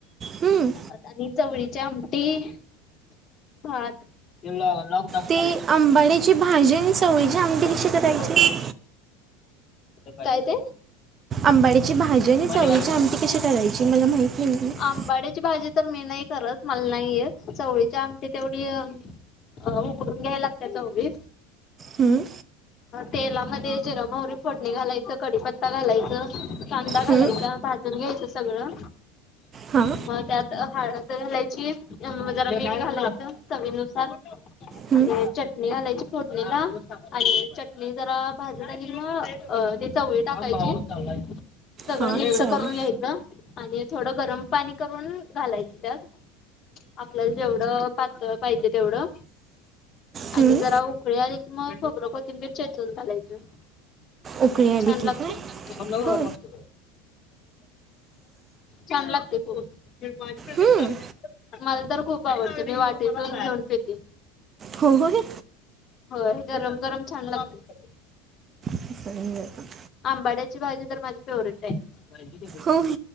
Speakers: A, on the right (about 30°); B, on the left (about 40°).
A: हं,
B: आणि चवळीच्या आमटी भात लॉंग <unintelligible>
A: ते आंबाड्याची भाजी आणि चवळीची आमटी
B: बस
A: कशी
B: तिकडं.
A: करायची?
B: काय ते?
A: आंबाड्याची भाजी आणि
B: मांडी
A: चवळीची
B: घालून
A: आमटी कशी करायची मला माहिती नाही ग.
B: अंबाडीची भाजी त तर मी नाही करत मला नाहीय चवळीच्या आमटी तेवढी अ उकडून घ्याय लागत्या चवळी
A: हम्
B: तेलामध्ये जिर, महूरी फोडणी घालायचं, कडीपत्ता घालायचं कांदा घालायच
A: हं,
B: भाजून घ्यायचं सगळं
A: हां
B: मग त्यात हळ घालायची म जरा पेठ घालायचं चवीनुसार
A: हं,
B: आणि चटणी घालायची फोटणीला आणि चटणी जरा भाजी झाली ना अ त्याचा वय टाकायची सगळं
A: हां
B: मिक्स
A: चवळी
B: करून घ्यायचं आणि थोडं गरम पाणी करून घालायचं त्यात आपल्याला जेवढं पात पाहिजे तेवढं
A: हं,
B: आणि जरा उकळी आली की मग खबरं कोथिंबीर चेतवून झाालायचं
A: उकळी आली
B: छान
A: की
B: लागत.
A: काय हो
B: छान लागते माझी बिल्डिंग
A: हं,
B: लाली. मला तर खूप आवडते बाई मी वाटे घेऊन पिते.
A: हो हो हे.
B: हो गरम गरम छान लागतय.
A: इ.
B: आंबाड्याची भाजी तर माझी फेवरेट आहे
A: हो